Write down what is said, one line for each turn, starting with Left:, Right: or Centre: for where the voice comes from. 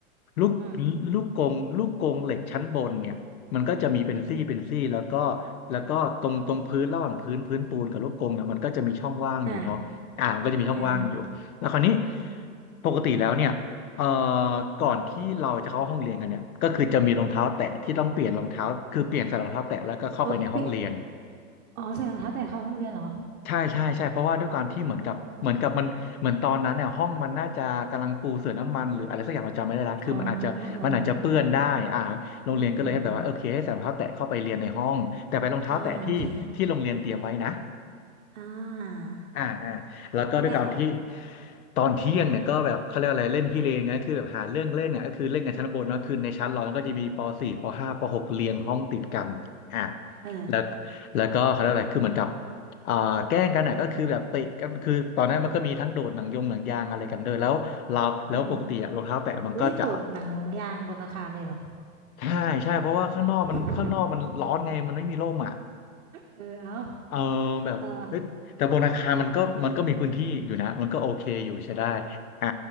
Left: ลูก
Right: อืม
Left: ลูกกงลูกกงเหล็กชั้นบนเนี่ย มันก็จะมีเป็นซี่เป็นซี่แล้วก็แล้วก็ตรงตรงพื้นระหว่างพื้นพื้นปูนกับลูกกรงเนี่ยมันก็จะมีช่องว่างอยู่เนาะอ่ามันก็จะมีช่องว่างอยู่แล้วคราวนี้
Right: อ่าอ่า
Left: ปกติแล้วเนี่ยเอ่อก่อนที่เราจะเข้าห้องเรียนกันเนี่ยก็คือจะมีรองเท้าแตะที่ต้องเปลี่ยนรองเท้าคือเปลี่ยนใส่รองเท้าแตะแล้วก็เข้าไปในห้องเรียน
Right: เอาเปียอ๋อใส่รองเท้าแตะเข้าห้องเรียนเหรอ
Left: ใช่ใช่ใช่เพราะว่าด้วยความที่เหมือนกับเหมือนกับมันเหมือนตอนนั้นเนี่ยห้องมันน่าจะกำลังปูเสื่อน้ำมันหรืออะไรสักอย่างเราจำไม่ได้ละคือมันอาจจะมันอาจจะเปื้อนได้อ่าโรงเรียนก็เลยให้แบบว่าโอเคให้ใส่รองเท้าแตะเข้าไปเรียนในห้องแต่ไปนรองเท้าแตะที่ที่โรงเรียนเตรียมไว้นะ
Right: อ๋ออ๋อเออเอออืมอืมอืมอืมอ่าโอเคอ่า
Left: อ่าอ่าแล้วก็ด้วยการที่
Right: แล้วไงต่อ
Left: ตอนเที่ยงเนี่ยก็แบบเขาเรียกอะไรเล่นพี่เลนไงคือแบบหาเรื่องเล่นเนี่ยก็คือเล่นกันชั้นบนเนอะคือในชั้นเรามันก็จะมีปสี่ปห้าปหกเรียงห้องติดกันอ่า
Right: เออ
Left: แล้วแล้วก็เขาเรียกอะไรคือเหมือนกับอ่าแกล้งกันอ่ะก็คือแบบเตะกันคือตอนนั้นมันก็มีทั้งโดดหนังยงหนังยางอะไรกันด้วยแล้วเราแล้วปกติอะรองเท้าแตะมันก็จะ
Right: อืมวันนี้ตรวจหนังยางบนอาคารเลยเหรอ
Left: ใช่ใช่เพราะว่าข้างนอกมันข้างนอกมันร้อนไงมันไม่มีร่มอ่ะ
Right: <laughs> เออเอา
Left: เออแบบเฮ้ยแต่บนอาคารมันก็มันก็มีพื้นที่อยู่นะมันก็โอเคอยู่ใช้ได้
Right: ต่อ
Left: อ่า